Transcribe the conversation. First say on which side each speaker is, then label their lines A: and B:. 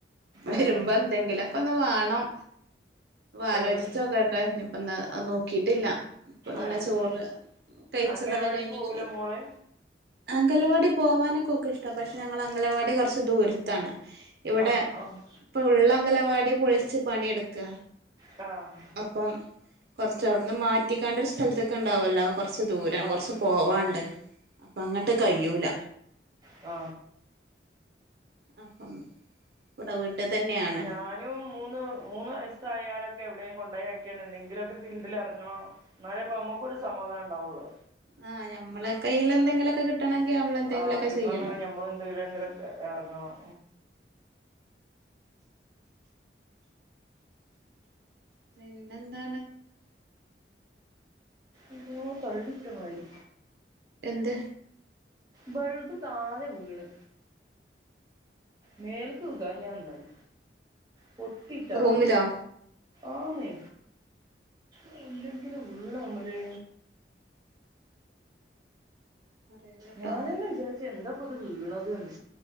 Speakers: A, on the right; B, on the right.
A: വെരുമ്പോ
B: ഏഹ്
A: എന്തെങ്കിലൊക്കെ ഒന്ന് വാണം. ആലോചിച്ചു
B: ആഹ്
A: നോക്കെട്ടേ ഞ്ഞിപ്പെന്താ നോ ക്കിട്ടില്ല ഇപ്പ ഇങ്ങനെ
B: ഏഹ്
A: ചോറ് കഴിച്ചണത്
B: അംഗൻവാടി
A: കഴിഞ്
B: പോവൂലെ
A: ഇങ്ങനെ ഇരിക്ക..
B: മോള്
A: അംഗലവാടി പോവാനൊക്കെ ഒക്കെ ഇഷ്ട. പക്ഷേ ഞങ്ങളെ അംഗലവാടി കൊർച്ച് ദൂരത്താണ്. ഇവ്ടെ
B: ആഹ് ആഹ്
A: ഇപ്പള്ള അംഗലവാടി പൊളിച്ച് പണിട്ക്കാ.
B: ആ.
A: ഇപ്പം കോർച് അവിടെ നിന്ന് മാറ്റിക്കാണ്ട് ഒര് സ്ഥലത്ത് ക്ക്‌ ഇണ്ടാവല്ലോ. കൊർച്ച് ദൂരാണ്.
B: ആഹ് ആഹ്
A: കൊർച്ച് പോവാണ്ട്.
B: ആഹ്
A: അപ്പ അങ്ങട്ട് കയ്യൂല.
B: ഓ.
A: അപ്പം. <inaudible> തന്നെയാണ്
B: ഞാൻ ഞാനും മൂന്ന് മൂന്ന് വയസ്സായലൊക്കെ എവിടെങ്കിലും കൊണ്ടെയാക്കിണ്ട്, എന്തെങ്ക്‌ലൊക്കെ ഫീൽഡിൽ എർങ്ങണം. ഇന്നലെ ഇപ്പ അമ്മക്കൊരു സമാധാനം ണ്ടാവൊള്ളു..
A: ആ, ഞമ്മളെ കയ്യിലെന്തെങ്കി ലൊക്കെ കിട്ടണങ്കി നമ്മൾ. എന്തെങ്കിലുമൊക്കെ
B: ആ, കിട്ടണം
A: ചെയ്യണം
B: ന്നെട്ങ്കി ഞമ്മൾ എന്തെങ്ക്‌ലൊക്കെ എർങ്ങണം.
A: പിന്നെന്താ?
B: <inaudible> അരോ തള്ളിട്ടമാരീ.
A: എന്ത്?
B: ബൾബ് താനെ വീണ്. മേൽക്ക് വീഴാഞ്ഞ നന്നായി പൊട്ടിട്ടോ.
A: റൂമിലോ
B: ആന്നെ ഇഞ എന്തെങ്ക്‌ലും വീണോ അയ്മല്.
A: അറിയില്ലട്ടോ
B: ഞാൻതന്നെ വിചാര്ച് എന്താപ്പ്ത് വീണത് ന്ന്.